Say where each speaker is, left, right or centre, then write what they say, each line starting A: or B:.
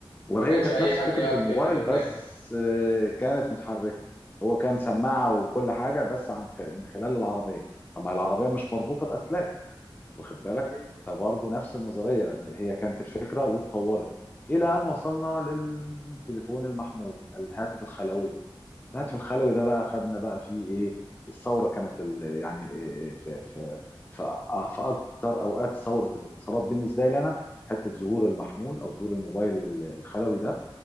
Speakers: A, on the left; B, on the left.
A: وهي
B: فما كانش
A: كانت
B: اي
A: نفس
B: حد
A: فكرة
B: يعرف
A: الموبايل
B: يتبناه
A: بس آه، كانت متحركة هو كان سماعة وكل حاجة بس عن خ- من خلال العربية طب ما العربية مش مربوطة بأسلاك واخد بالك
B: أيوة.
A: فبرضه نفس النظرية هي كانت الفكرة واتطورت إلى أن وصلنا للتليفون المحمول الهاتف الخلوي الهاتف الخلوي ده بقى خدنا بقى فيه إيه الثورة كانت ال- يعني إيه في في في آه، في أكتر أوقات ثورة الاتصالات بالنسبة لي أنا حتة ظهور المحمول أو ظهور الموبايل الخلوي ده